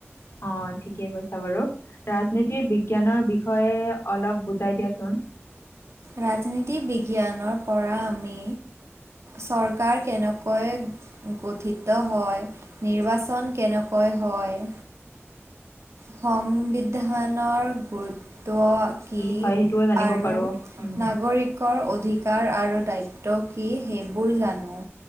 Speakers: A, on the left (about 65°); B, on the right (about 75°).
A: অ' ঠিকে কৈছা বাৰু ৰাজনীতিৰ বিজ্ঞানৰ বিষয়ে অলপ বুজাই দিয়াচোন।
B: ৰাজনীতি বিজ্ঞানৰ পৰা আমি চৰকাৰ কেনেকৈ গঠিত হয়। নিৰ্বাচন কেনেকৈ হয়? সংবিধানৰ গুৰুত্ব কি
A: হয় সেইটোও জানিব
B: আৰু
A: পাৰো। উম,
B: নাগৰিক কৰ অধিকাৰ আৰু দ্বায়িত্ব কি হেইবোৰ জানো।